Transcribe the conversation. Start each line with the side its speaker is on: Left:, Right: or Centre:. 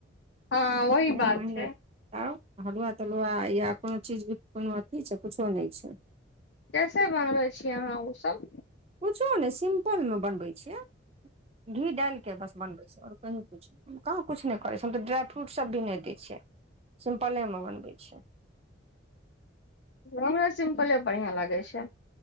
Left: हँ वही
Right: ई
Left: बात
Right: महीने
Left: छै
Right: आओ हलुआ तलुआ या कोनो चीज भी कोनो अथी छैय किुछो नहि छैय
Left: कैसे बनबै छियै अहाँ उ सभ
Right: कुछो नहि सिम्पलमे बनबै छियै घी डालिके बस बनबै छै ओर कह कहाँ किछु नहि करै छैय हम तऽ ड्राइफ्रूट सभ भी नहि दैय छियै सिम्पलेमे बनबै छैय
Left: हमरा सिम्पले बढ़िआ लागै छैय